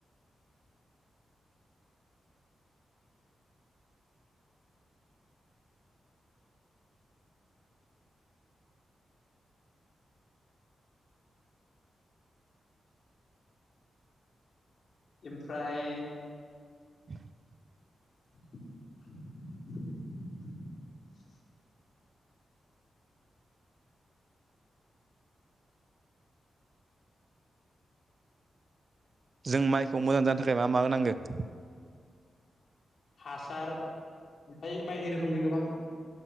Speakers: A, on the left; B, on the right.
A: ओमफ्राय।
B: <inaudible>
A: <inaudible>
B: जों माइखौ मोजां जानो थाखाय मा मा होनांगोन?
A: हासार ओमफ्राय बायदि रोखोमनि गोबां